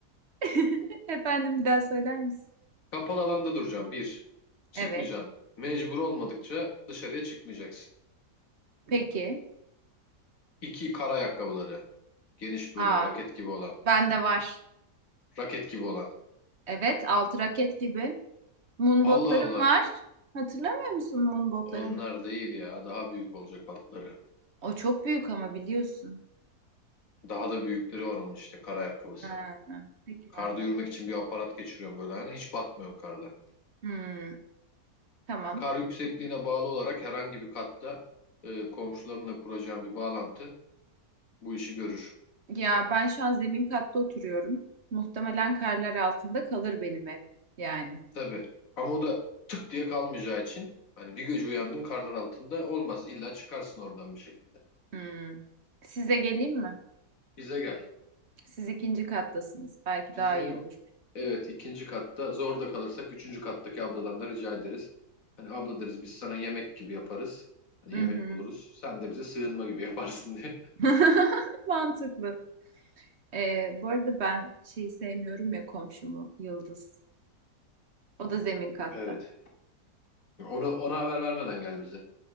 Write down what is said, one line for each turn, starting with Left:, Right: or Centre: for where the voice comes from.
Right: <laughs> Efendim bir daha söyler misin?
Left: Kapalı alanda duracaksın. Bir, çıkmayacaksın.
Right: Evet.
Left: Mecbur olmadıkça dışarıya çıkmayacaksın.
Right: Peki.
Left: İki, kar ayakkabıları. Geniş
Right: Aa,
Left: böyle raket gibi olan.
Right: bende var.
Left: Raket gibi olan.
Right: Evet, altı raket gibi. Moon
Left: Allah
Right: botlarım
Left: Allah.
Right: var. Hatırlamıyor musun moon botlarımı?
Left: Onlar değil ya. Daha büyük olacak altları.
Right: O çok büyük ama biliyorsun.
Left: Daha da büyükleri var onun işte kar ayakkabısı.
Right: Ha, peki
Left: Karda
Right: madem.
Left: yürümek için bir aparat geçiriyorum böyle ayağına. Hiç batmıyorum karda.
Right: Hmm, tamam.
Left: Kar yüksekliğine bağlı olarak herhangi bir katta e, komşularımla kuracağım bir bağlantı bu işi görür.
Right: Ya ben şu an zemin katta oturuyorum. Muhtemelen karlar altında kalır benim ev. Yani.
Left: Tabii. Ama o da tık diye kalmayacağı için hani bir gece uyandın karlar altında olmaz. İlla çıkarsın oradan bir şekilde.
Right: Hmm. Size geleyim mi?
Left: Bize gel.
Right: Siz ikinci kattasınız. Belki
Left: Bizim
Right: daha iyi
Left: ev
Right: olur.
Left: evet ikinci katta. Zor da kalırsak üçüncü kattaki abladan da rica ederiz. Hani abla deriz biz sana yemek gibi yaparız. Hani
Right: Hı
Left: yemek
Right: hı,
Left: buluruz. Sen de bize sığınma gibi yaparsın diye. <laughs>
Right: <laughs> Mantıklı. Ee, bu arada ben şeyi sevmiyorum ya komşumu Yıldız. O da zemin katta.
Left: Evet. Ona, ona haber vermeden gel bize.